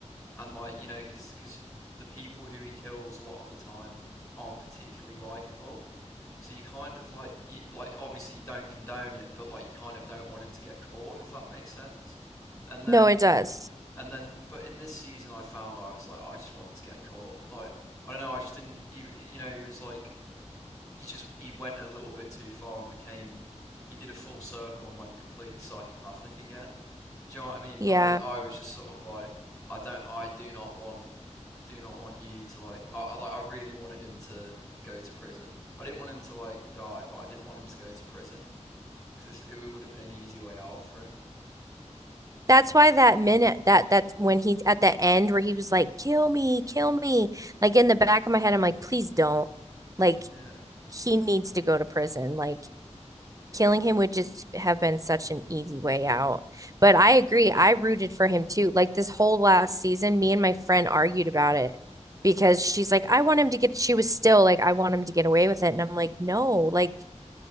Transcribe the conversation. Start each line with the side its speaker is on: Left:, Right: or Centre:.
Left: and like you know because because the people who he kills a lot of the time aren't particularly likable so you kind of like you like obviously you don't condone it but like you kind of don't want him to get caught if that makes sense and then
Right: no it does
Left: and then but in this season i found i was like "Oh, i just want him to get caught like i don't know i just didn't you, you know he was like he just he went a little bit too far and became he did a full circle and went completely psychopathic again. Do you know what I mean? And
Right: yeah
Left: I, I was just sort of like I don't I do not want do not want you to like I, I like I really wanted him to go to prison. I didn't want him to like die, but I did want him to go to prison because it would have been an easy way out for him.
Right: that's why that minute that that's when he at the end where he was like kill me kill me like in the back of my head I'm like please don't like
Left: Yeah.
Right: he needs to go to prison like killing him would just have been such an easy way out. But
Left: Well,
Right: I agree. I rooted for him too. Like this whole last season, me and my friend argued about it because she's like, I want him to get, she was still like, I want him to get away with it. And I'm like, no, like,